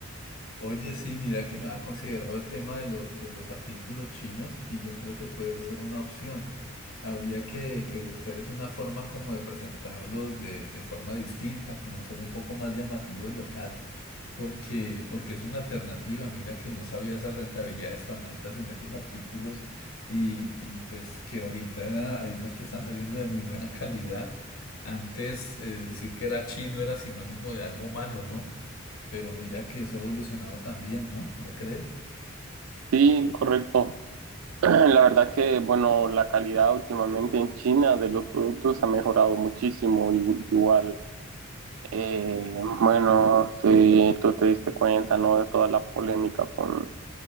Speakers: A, on the left; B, on the right.
A: Oye, sí, mira que no había considerado el tema de los, de los artículos chinos y yo creo que puede ser una opción. Habría que, que buscar es una forma como de presentarlos de, de forma distinta, como hacer un poco más llamativo el local, porque, porque es una alternativa. Mira que no sabía esas rentabilidades tan altas en esos artículos y, y pues que ahorita hay unos que están saliendo de muy buena calidad. Antes, eh, decir que era chino era sinónimo de algo malo, ¿no? Pero mira que eso ha evolucionado también, ¿no? ¿No crees?
B: Sí, correcto. La verdad que, bueno, la calidad últimamente en China de los productos ha mejorado muchísimo. y- Igual, eh, bueno, te- tú te diste cuenta, ¿no? De toda la polémica con,